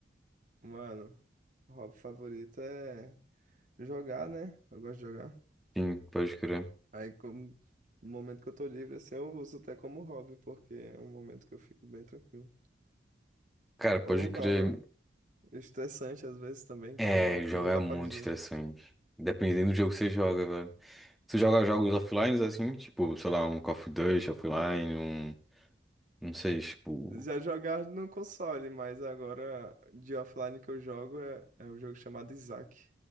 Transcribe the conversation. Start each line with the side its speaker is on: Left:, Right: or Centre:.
Right: mano, o hobby favorito é jogar, né? Eu gosto de jogar.
Centre: Sim, pode crer.
Right: Aí, como, no momento que eu tô livre, assim, eu uso até como hobby, porque é um momento que eu fico bem tranquilo.
Centre: Cara,
Right: Ou
Centre: pode crer.
Right: não, né? Estressante às vezes também,
Centre: É,
Right: que tem- depende
Centre: jogar
Right: da
Centre: é muito
Right: partida.
Centre: estressante. Dependendo do jogo que você joga, velho. Tu joga jogos offline assim, tipo, sei lá, um Call of Duty offline, um. Não sei, tipo.
Right: Já jogar no console, mas agora de offline que eu jogo é, é um jogo chamado Isaac,